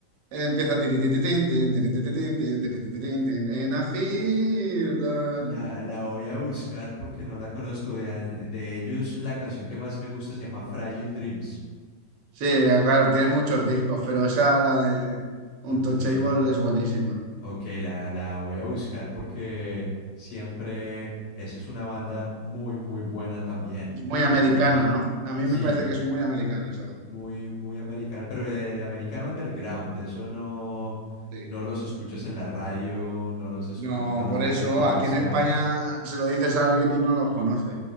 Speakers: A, on the right; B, on the left.
A: eh, empieza tiritititín, tin, tiritititín, tin, tiritititín, tin, tin, tin, tin, tin, tin, tin, in a field. ah.
B: La, la voy a buscar porque no la conozco. De, an- de ellos, la canción que más me gusta se llama Fragile Dreams.
A: Sí, claro, tiene muchos discos, pero esa, la de Untouchable,
B: Untouchable.
A: es buenísima.
B: Ok, la, la voy a buscar porque siempre esa es una banda muy, muy buena también.
A: Es muy americana,
B: O sea,
A: ¿no? A mí
B: sí,
A: me parece que es muy americana esa banda.
B: muy, muy americana, pero de, de americano underground. de Eso no,
A: Sí.
B: no los escuchas en la radio, no los escuch-
A: No,
B: no los
A: por
B: ves
A: eso
B: en televisión.
A: aquí en España se lo dices a alguien y no los conoce,